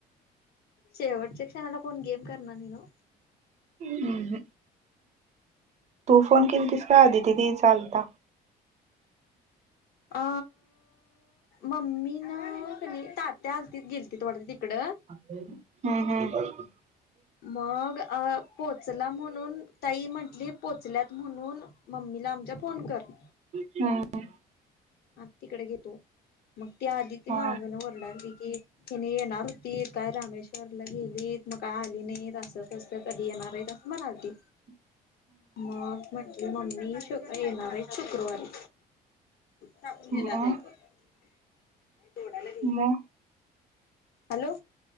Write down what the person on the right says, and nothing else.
हम्म तु फोन केली तिस का आधी दिदीचा आलता
हम्म हम्म
हम्म
हा
ह
मग
मग